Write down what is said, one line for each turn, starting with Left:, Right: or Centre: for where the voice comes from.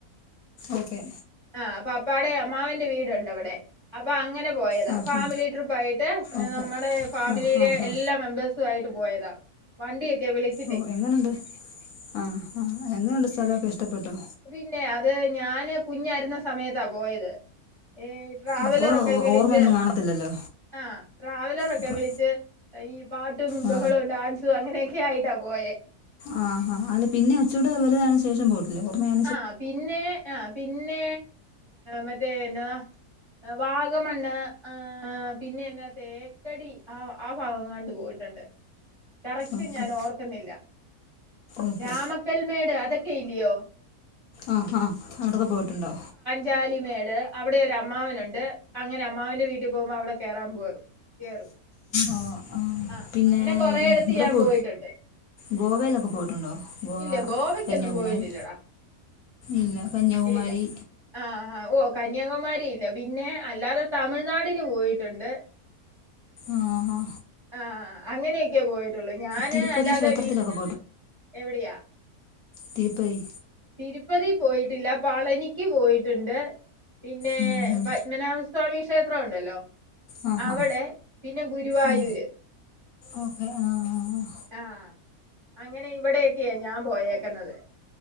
Left: ഓക്കെ
Right: ആഹ് അപ്പൊ അപ്പാടെ അമ്മാവന്റെ വീടുണ്ട് അവിടെ അപ്പൊ അങ്ങനെ പോയതാ
Left: ആ
Right: ഫാമിലി
Left: ആ
Right: ട്രിപ്പായിട്ട്
Left: ഓക്കെ
Right: നമ്മുടെ ഫാമിലിയിലെ
Left: ആ ആ
Right: എല്ലാ
Left: ആ
Right: മെമ്പേഴ് സായിട്ട് പോയതാ വണ്ടിയൊക്കെ വിളിച്ച്
Left: ഓഹ് എങ്ങനെണ്ട് ആഹ് ആഹ് എങ്ങനെയുണ്ട് സ്ഥലൊക്കെ ഇഷ്ടപ്പെട്ടോ
Right: പിന്നെ അത് ഞാന് കുഞ്ഞായിരുന്ന സമയത്താ പോയത് ഏഹ് ട്രാവലറൊക്കെ
Left: അപ്പോൾ
Right: വിളിച്ച്
Left: ഓർമ്മയൊന്നും കാണത്തില്ലല്ലോ
Right: ആഹ് ട്രാവലറൊക്കെ
Left: അപ്പോൾ
Right: വിളിച്ച് ഈ പാട്ടും ബഹളവും
Left: ആ
Right: ഡാൻസും അങ്ങനെയൊക്കെ ആയിട്ടാ പോയേ
Left: ആഹ് ആഹ് അല്ല പിന്നെ ഒച്ചൂടെ വലുതായ ശേഷം പോട്ട ല്ല ഓർമ്മയ
Right: ആഹ് പിന്നെ ആഹ് പിന്നെ മറ്റേ എന്നതാ വാഗമണ്ണ് ആഹ് പിന്നെ എന്ന തേക്കടി ആഹ് ആ ഭാഗം എങ്ങാണ്ട് പോയിട്ടുണ്ട് കറക്റ്റ്
Left: ഓക്കെ
Right: ഞാൻ ഓർക്കുന്നില്ല
Left: ഓക്കെ
Right: രാമക്കൽമേട് അതൊക്കെ ഇല്ലയോ
Left: ആഹ് ആഹ് അങ്ങോട്ടൊക്കെ പോയിട്ടുണ്ടോ
Right: ജാലിമേട് അവിടെ ഒരു അമ്മാവനുണ്ട് അങ്ങനെ അമ്മാവന്റെ വീട്ടിൽ പോകുമ്പോ അവിടെ കയറാൻ പോകും കേറും
Left: ആഹ്
Right: ആ
Left: പിന്നേ
Right: അങ്ങനെ കൊറെയിടത്ത്
Left: ഇവിടെ
Right: ഞാൻ
Left: പോ
Right: പോയിട്ടുണ്ട്
Left: ഗോവയിലൊക്കെ പോയിട്ടുണ്ടോ ഗോവ
Right: ഇല്ല ഗോവക്കൊന്നും
Left: കന്യാകുമാരി
Right: പോയിട്ടില്ലടാ
Left: ഇല്ല കന്യാകുമാരി
Right: ഇല്ല ആഹ് ആഹ് ഓഹ് കന്യാകുമാരി ഇല്ല പിന്നെ അല്ലാതെ തമിഴ്നാടിന് പോയിട്ടുണ്ട്
Left: ആഹ് ഹാ
Right: ആഹ് അങ്ങനെയൊക്കെ പോയിട്ടുള്ളു ഞാന്
Left: തിരുപ്പതി
Right: അല്ലാതെ
Left: ക്ഷേത്രത്തിലൊക്കെ
Right: വീ എവിടെയാ
Left: തിരുപ്പെഴി
Right: തിരുപ്പതി പോയിട്ടില്ല പളനിക്ക് പോയിട്ടുണ്ട് പിന്നെ
Left: ഉം, ഉം.
Right: പത്മനാഭ സ്വാമി ക്ഷേത്രം ഉണ്ടല്ലോ
Left: ആ
Right: അവിടെ
Left: ആ
Right: പിന്നെ ഗുരുവായൂര്
Left: ആ. ഓക്കെ ആഹ് ആഹ് ആഹ്
Right: ആഹ് അങ്ങനെ ഇവിടെ ഒക്കെയ ഞാൻ പോയേക്കുന്നത്